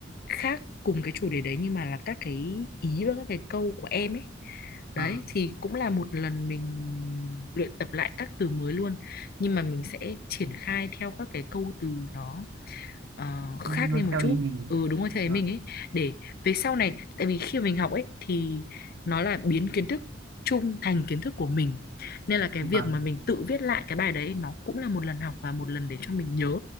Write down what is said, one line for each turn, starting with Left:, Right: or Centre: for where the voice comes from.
Left: khác cùng cái chủ đề đấy nhưng mà là các cái ý và các cái câu của em ấy đấy
Right: ờ,
Left: thì cũng là một lần mình luyện tập lại các từ mới luôn nhưng mà mình sẽ triển khai theo các cái câu từ nó ờ,
Right: nó,
Left: khác
Right: nó
Left: đi một
Right: theo
Left: chút
Right: ý mình
Left: ừ đúng rồi thầy
Right: vâng
Left: mình ấy để về sau này tại vì khi mình học ấy thì nó là biến kiến thức chung thành kiến thức của mình nên là cái
Right: vâng
Left: việc mà mình tự viết lại cái bài đấy nó cũng là một lần học và một lần để cho mình nhớ